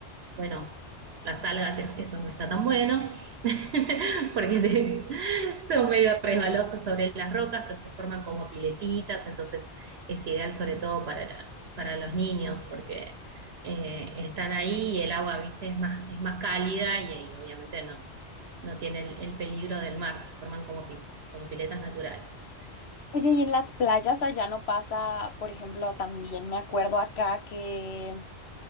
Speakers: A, on the right (about 70°); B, on the left (about 65°).
A: bueno, las algas, es- eso no está tan bueno, <laughs> porque te- son medio resbalosas sobre las rocas, pero se forman como piletitas, entonces es ideal sobre todo para para los niños, porque eh, están ahí y el agua, viste, es más, es más cálida y, y obviamente no, no tiene el, el peligro del mar, se forman como, pi- como piletas naturales.
B: Oye,
A: Así
B: y en las playas allá no pasa, por ejemplo, también me acuerdo acá que